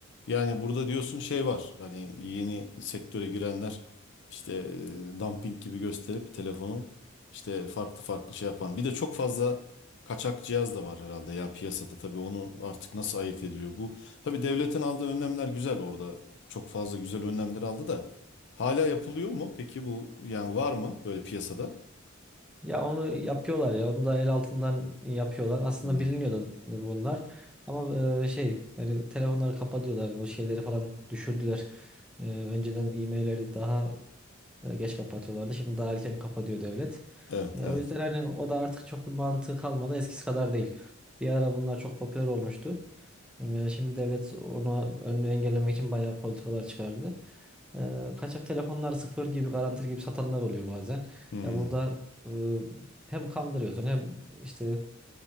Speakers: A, on the left (about 60°); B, in the centre.
A: Yani burada diyorsun şey var. Hani yeni sektöre girenler işte e, dumping gibi gösterip telefonu işte farklı farklı şey yapan. Bir de çok fazla kaçak cihaz da var herhalde ya piyasada. Tabii onu artık nasıl ayırt ediliyor? Bu tabii devletin aldığı önlemler güzel orada. Çok fazla güzel önlemler aldı da hala yapılıyor mu? Peki bu yani var mı böyle piyasada?
B: Ya onu yapıyorlar ya. Onu da el altından yapıyorlar. Aslında
A: Hmm.
B: biliniyordu bunlar. Ama e, şey hani telefonları kapatıyorlar. O şeyleri falan düşürdüler. E, önceden e-mailleri daha e, Geç kapatıyorlardı. Şimdi daha erken kapatıyor devlet.
A: Evet,
B: E,
A: evet.
B: o yüzden hani o da artık çok bir mantığı kalmadı. Eskisi kadar değil. Bir ara bunlar çok popüler olmuştu. E, şimdi devlet onu önünü engellemek için bayağı politikalar çıkardı. E, kaçak telefonlar sıfır gibi garantili gibi satanlar oluyor bazen.
A: Hmm.
B: Ya burada e, hem kandırıyorsun hem işte